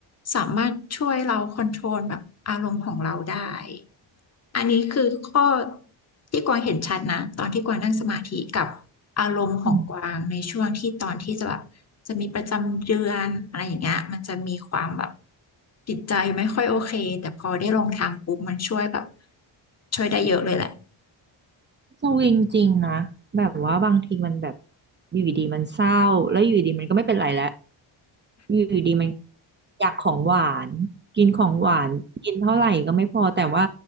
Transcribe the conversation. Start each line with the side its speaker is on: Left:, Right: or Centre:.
Left: สามารถช่วยเราคอนโทรลแบบอารมณ์ของเราได้อันนี้คือข้อที่กวางเห็นชัดนะตอนที่กวางนั่งสมาธิกับอารมณ์ของกวางในช่วงที่ตอนที่จะแบบจะมีประจำเดือนอะไรอย่างเงี้ยมันจะมีความแบบ
Right: น
Left: จิตใจไม่ค่อยโอเคแต่พอได้ลองทางปุ๊บมันช่วยแบบช่วยได้เยอะเลยแหละ
Right: สวิงจริงนะแบบว่าบางทีมันแบบอยู่ดีๆมันเศร้าแล้วอยู่ดีๆมันก็ไม่เป็นไรแล้วอยู่ดีๆมันอยากของหวานกินของหวานกินเท่าไหร่ก็ไม่พอแต่ว่า